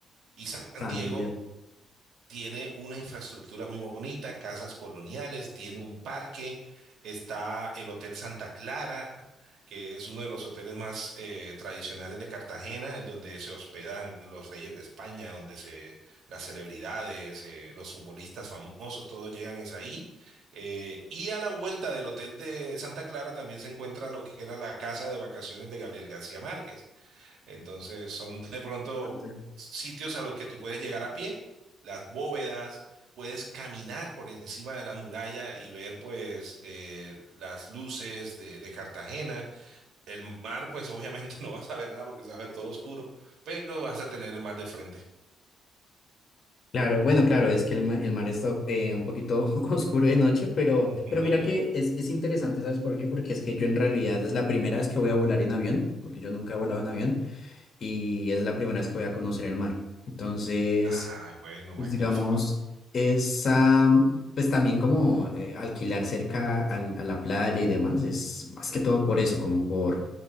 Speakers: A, on the right; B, on the left.
A: Y San
B: San
A: Diego
B: Diego.
A: tiene una infraestructura muy bonita, casas coloniales, tiene un parque, está el Hotel Santa Clara, que es uno de los hoteles más eh, tradicionales de Cartagena, en donde se hospedan los reyes de España, donde se las celebridades, eh, los futbolistas famosos, todos llegan es ahí. Eh, y a la vuelta del Hotel de Santa Clara también se encuentra lo que era la casa de vacaciones de Gabriel García Márquez. Entonces son de pronto
B: bastante.
A: sitios a los que tú puedes llegar a pie, las bóvedas, puedes caminar por encima de la muralla y ver pues eh, las luces de, de Cartagena. El mar pues obviamente <laughs> no vas a ver nada porque se va a ver todo oscuro, pero vas a tener el mar de frente.
B: Claro, bueno, claro, es que el, ma- el mar está eh, un poquito <laughs> oscuro de noche, pero,
A: <laughs>
B: pero mira que es, es interesante, ¿sabes por qué? Porque es que yo en realidad es la primera vez que voy a volar en avión, porque yo nunca he volado en avión, y es la primera vez que voy a conocer el mar. Entonces,
A: Ah, bueno,
B: Pues
A: magnífico.
B: digamos, esa, pues también como eh, alquilar cerca al- a la playa y demás, es más que todo por eso, como por